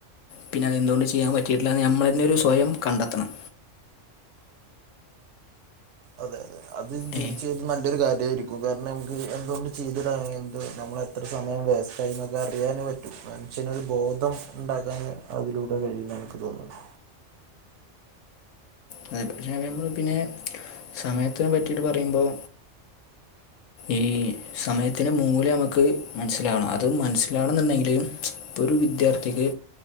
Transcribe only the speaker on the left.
പിന്നെ അത് എന്തുകൊണ്ട് ചെയ്യാൻ പറ്റിയിട്ടില്ല നമ്മള് തന്നെ ഒരു സ്വയം കണ്ടെത്തണം
ഏ
അതെ പറ്റി നമ്മൾ പിന്നെ സമയത്തിനെ പറ്റിയിട്ട് പറയുമ്പോൾ ഈ സമയത്തിറെ മൂലം നമുക്ക് മനസ്സിലാവണം അത് മനസ്സിലാണെന്നുണ്ടെങ്കില് ഒരു വിദ്യാർത്ഥിക്ക്